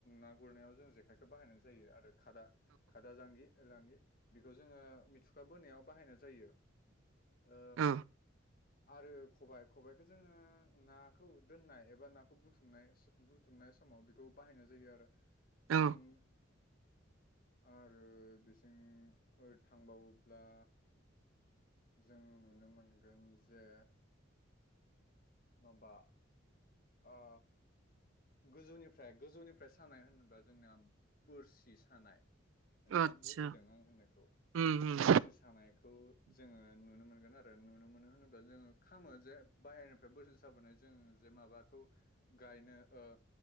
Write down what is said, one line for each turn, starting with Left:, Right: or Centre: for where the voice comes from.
Left: ना गुरनायाव जों जेखायखौ बाहायनाय जायो आरो खादा खादा जांगि। लांगि बेखौ जोङो मिथुखा बोनायाव बाहायनाय जायो। ओ
Right: औ
Left: आरो खबायाइ खबाइखौ जोङो नाखौ दोननाय एबा नाखौ बुथुमनाय बुथुमनाय समाव बेखौ बाहायनाय जायो आरो
Right: औ
Left: ओम। आरो बिसिं थांबावोब्ला जों नुनो मोनगोन जे माबा ओ गोजौनिफ्राय गोजौनिफ्राय सानाय होनोबा जोंनिया बोरसि सानाय। नोंथाङा
Right: आतसा
Left: बुजिदों आं होननायखौ
Right: उम उम
Left: बोरसि थानायखौ जोङो नुनो मोनगोन आरो नुनो मोनो होनोब्ला जोङो खालामो जे बाहेर फ्राय बोसोर साबोनाय जों जे माबाखौ गायनो ओ